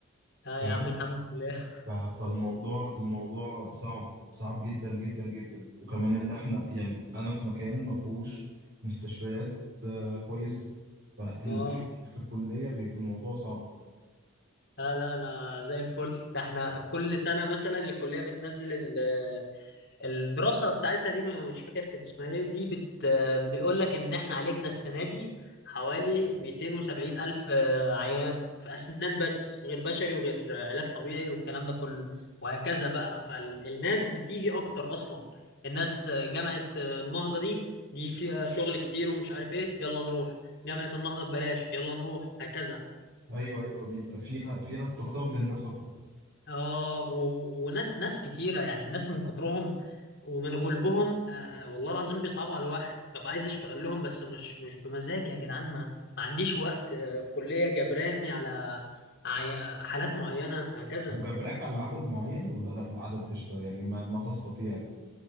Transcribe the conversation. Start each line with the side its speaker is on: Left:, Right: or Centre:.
Left: اه
Right: فاهم
Left: يا عم الحمد لله
Right: ف- فالموضوع الموضوع صعب صعب جدا جدا جدا وكمان ان احنا يعني انا في مكان ما فيهوش مستشفيات آه، كويسه فالتريننج
Left: اه
Right: في الكليه بيبقى الموضوع صعب
Left: لا لا انا زي الفل ده احنا كل سنة مثلا الكلية بتنزل الدراسة بتاعتها دي مش فاكر كان اسمها ايه دي بت بيقول لك ان احنا عالجنا السنة دي حوالي 270 ألف عيان في أسنان بس غير بشري وغير علاج طبيعي والكلام ده كله وهكذا بقى فالناس بتيجي أكتر أصلا الناس جامعة النهضة دي دي فيها شغل كتير ومش عارف ايه يلا نروح جامعة النهضة ببلاش يلا نروح هكذا
Right: ايوه ايوه بيبقى فيها فيها استقطاب للناس اكتر
Left: اه و... وناس ناس كتيرة يعني الناس من كترهم ومن غلبهم آه آه، والله العظيم بيصعبوا على الواحد ببقى عايز اشتغل لهم بس مش مش بمزاجي يا جدعان ما ما عنديش وقت آه، الكلية جبراني على عي- حالات معينة هكذا
Right: وجبراك على عدد معين ولا لا العدد قشطه يعني ما ما تستطيع يعني.